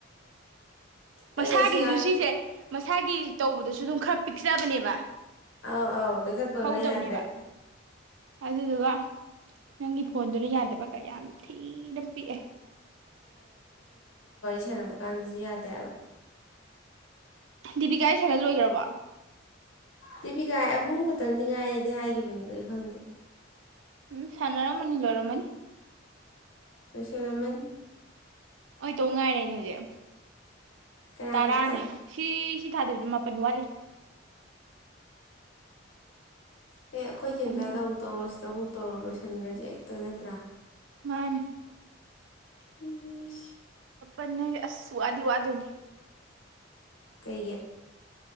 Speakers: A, on the right; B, on the left.
A: ꯃꯁꯥꯒꯤ
B: ꯑꯩ ꯑꯁꯤ
A: ꯖꯨꯁꯤꯁꯦ ꯃꯁꯥꯒꯤ ꯇꯧꯕꯗꯁꯨ ꯑꯗꯨꯝ ꯈꯔ ꯄꯤꯛꯆꯕꯅꯦꯕ
B: ꯑꯥꯎ ꯑꯥꯎ ꯂꯈꯠꯄ
A: ꯍꯧꯗꯕꯅꯦꯕ
B: ꯈꯔ ꯌꯥꯗ꯭ꯔꯦ
A: ꯑꯗꯨꯗꯨꯒ ꯅꯪꯒꯤ ꯐꯣꯟꯗꯨꯅ ꯌꯥꯗꯕ ꯀ ꯌꯥꯝ ꯊꯤꯅ ꯄꯤꯛꯑꯦ
B: ꯈꯦꯅꯕ ꯀꯥꯟꯗꯁꯨ ꯌꯥꯗꯦꯕ
A: ꯗꯤꯕꯤꯀꯥꯒꯤ ꯁꯥꯏꯅ ꯂꯣꯏꯈ꯭ꯔꯔꯕ
B: ꯗꯦꯕꯤꯀꯥꯏ ꯑꯍꯨꯝ ꯈꯛꯇꯪꯗꯤ ꯉꯥꯏꯔꯗꯤ ꯍꯥꯏꯈꯤꯕꯅꯤꯗꯣ ꯑꯩ ꯈꯪꯗꯦ
A: ꯎꯝ ꯁꯅꯔꯥꯃꯅꯤ ꯂꯣꯔꯃꯅꯤ
B: ꯄꯁꯣꯔꯃꯟ
A: ꯍ ꯇꯣ ꯉꯥꯏꯔꯦꯅꯦ ꯍꯧꯖꯤꯛ
B: ꯀꯅꯥ
A: ꯇꯔꯥꯅꯦ
B: ꯈꯛꯇ
A: ꯁꯤ ꯁꯤ ꯊꯥꯗꯕꯤꯗ ꯃꯥꯄꯜ ꯋꯥꯠꯂꯤ
B: ꯑꯦ ꯑꯩꯈꯣꯏ
A: ꯃꯥꯄꯟ
B: ꯆ ꯃꯆꯥꯗ ꯑꯃꯨꯛ ꯇꯧꯔꯛꯁꯤꯗ ꯑꯃꯨꯛ ꯇꯧꯔꯛ ꯂꯣꯏꯁꯤꯟꯈ꯭ꯔꯁꯦ ꯍꯦꯛꯇꯣꯏ ꯅꯠꯇ꯭ꯔꯥ
A: ꯃꯥꯅꯦ
B: ꯎꯝ
A: ꯑꯅꯦ ꯑꯁꯁꯨꯋꯥꯗꯤ ꯋꯥꯗꯣꯏꯅꯦ
B: ꯀꯩ